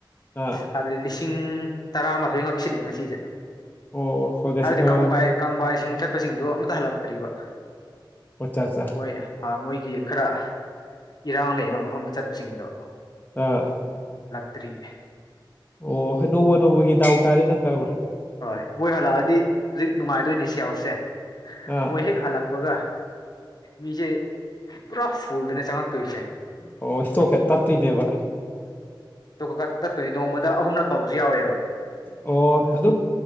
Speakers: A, on the left; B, on the left.
A: ꯑꯥ
B: ꯍꯥꯏꯕꯗꯤ ꯂꯤꯁꯤꯡ ꯇꯔꯥꯃꯥꯊꯣꯏ ꯉꯛꯁꯤꯜꯂꯦ ꯉꯁꯤꯁꯦ
A: ꯑꯣ ꯍꯣꯏ ꯉꯁꯤ
B: ꯍꯥꯏꯕꯗꯤꯕꯥꯏ
A: ꯑꯣ
B: ꯀꯪꯕꯥꯏꯁꯤꯡ ꯆꯠꯄꯁꯤꯡꯗꯣ ꯑꯃꯝꯇ ꯍꯜꯂꯛꯇ꯭ꯔꯤꯕ
A: ꯑꯣꯆꯥ ꯑꯠꯆꯥ
B: ꯃꯣꯏ ꯃꯣꯏꯒꯤ ꯈꯔ ꯏꯔꯥꯡ ꯂꯩꯌꯦꯕ ꯃꯐꯝꯗ ꯆꯠꯄꯁꯤꯡꯗꯣ
A: ꯑꯥ
B: ꯇ꯭ꯔꯤ
A: ꯑꯣ ꯅꯣꯡꯃ ꯅꯣꯡꯃꯒꯤ ꯗꯥꯎ ꯇꯥꯔꯦ ꯅꯠꯇꯕ꯭ꯔꯥ
B: ꯍꯣꯏ ꯃꯣꯏ ꯍꯜꯂꯛꯑꯗꯤ ꯍꯧꯖꯤꯛ ꯅꯨꯡꯉꯥꯏꯗꯣꯏꯅꯦ ꯁꯤꯌꯥꯦꯜꯁꯦ
A: ꯑꯥ
B: ꯃꯣꯏ ꯍꯦꯛ ꯍꯜꯂꯛꯄꯒ ꯃꯤꯆꯦ ꯄꯨꯔꯥ ꯐꯨꯜꯗꯅ ꯆꯪꯉ
A: ꯑꯣ ꯏꯁꯇꯣꯛꯀ ꯇꯠꯇꯣꯏꯅꯦꯕ
B: ꯍ ꯗ ꯑꯍꯨꯝꯂꯛ ꯀꯥꯎꯁꯨ ꯌꯥꯎꯋꯦꯕ
A: ꯑꯣ ꯑꯗꯨꯝ